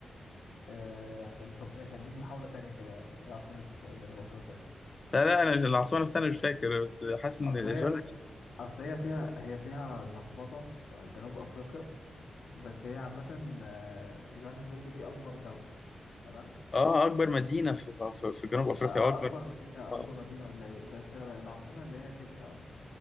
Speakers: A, on the left (about 75°); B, on the left (about 35°).
A: آه، قال لي طب ماشي هديك محاولة تانية كده ايه عاصمة جنوب أفريقيا
B: لا لا انا مش- العاصمة نفسها انا مش فاكر بس حاسس ان
A: أصل
B: جوهانسبرج
A: هي أصل هي فيها هي فيها لخبطة آه، جنوب أفريقيا بس هي عامة آه، جوهانسبرج دي أكبر دولة تمام
B: اه اكبر مدينة في, في, في جنوب افريقيا
A: آه، آه،
B: اكبر
A: أكبر مدينة
B: اه
A: أكبر مدينة ولا إيه بس العاصمة اللي هي كيب تاون